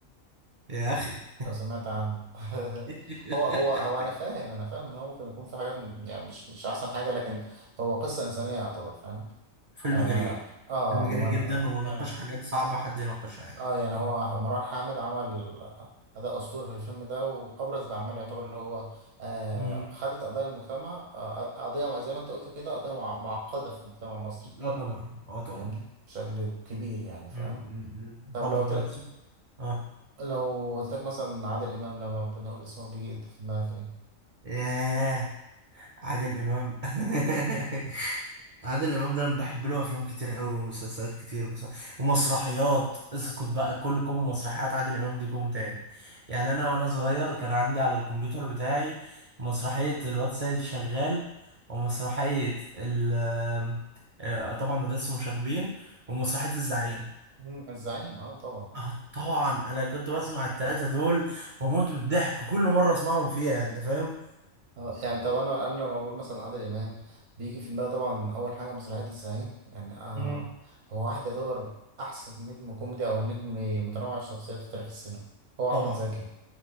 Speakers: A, on the right (about 45°); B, on the right (about 70°).
A: يا اخي
B: لو سمعت عنه <laughs>
A: <laughs>
B: هو هو هو أنا فاهم أنا فاهم إن هو ممكن يكون في حاجات م- يعني مش مش أحسن حاجة لكن هو قصة إنسانية يعتبر فاهم
A: فيلم
B: آه
A: جريء
B: آه
A: فيلم
B: من
A: جريء جدا
B: آه
A: وناقش
B: يعني
A: حاجات صعبة حد يناقشها يعني
B: اه يعني هو مروان حامد عمل أداء أسطوري في الفيلم ده وأبرز الأعمال يعتبر اللي هو آه
A: امم
B: خدت قضايا المجتمع آه قضية زي ما أنت قلت كده قضية مع- معقدة في المجتمع المصري
A: اه طبعا اه طبعا
B: فاهمني بشكل كبير يعني فاهم
A: مم. امم
B: طب
A: طب
B: لو
A: بالنسبة
B: تل...
A: اه
B: لو قلت لك مثلا عادل إمام لما بنقول اسمه بيجي في دماغك إيه؟
A: ياه عادل امام <laughs> عادل امام ده انا بحب له افلام كتير قوي ومسلسلات كتير بس ومسرحيات اسكت بقى كلكم مسرحيات عادل امام دي كوم تاني يعني انا وانا صغير كان عندي على الكمبيوتر بتاعي مسرحية الواد سيد شغال ومسرحية ال آه، طبعا مدرسة المشاغبين ومسرحية الزعيم
B: مم، الزعيم اه طبعا
A: اه طبعا انا كنت بسمع التلاتة دول واموت من الضحك وكل مرة اسمعهم فيها انت فاهم
B: اه يعني طب انا انا لما بقول مثلا عادل امام بيجي في دماغي طبعا اول حاجه مسرحيه الزعيم يعني آه
A: مم.
B: هو واحد يعتبر احسن نجم كوميدي او نجم متنوع الشخصيات في تاريخ السينما هو احمد
A: طبعا
B: زكي